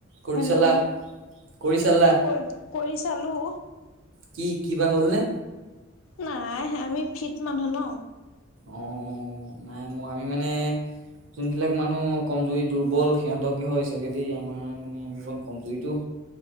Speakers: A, on the right; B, on the left.
A: কৰি
B: হেল্ল'
A: চালা কৰি চালা
B: ক কৰি চালোঁ।
A: কি কি বা হ'লনে
B: নাই আমি ফিট মানুহ ন
A: অ নাই মোৰ আমি মানে যোনবিলাক মানুহ কমজুৰি দুৰ্বল সিহঁতকে হৈ হৈছোগে দেই আমাৰ মানে আমি অকণ কমজুৰিতটো